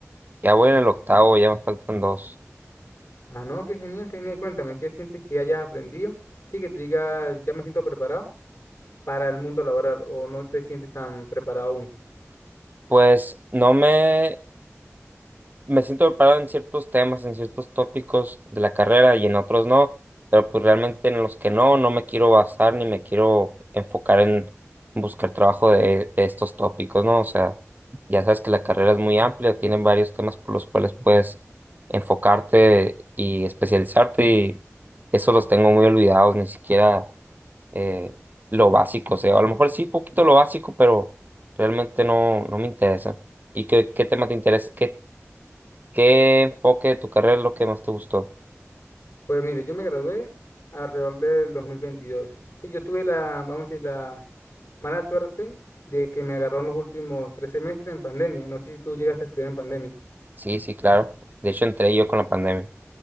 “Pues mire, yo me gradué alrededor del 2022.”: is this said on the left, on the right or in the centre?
Left